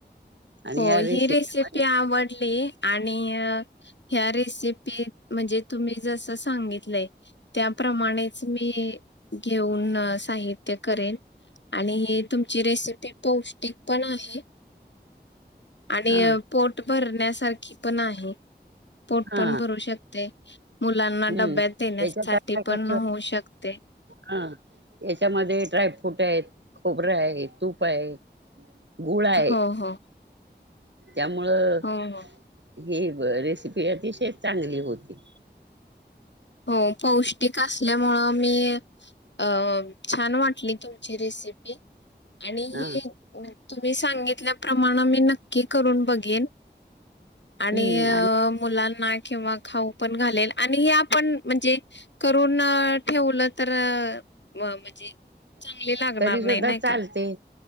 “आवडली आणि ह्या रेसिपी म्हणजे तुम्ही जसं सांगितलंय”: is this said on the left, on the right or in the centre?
Left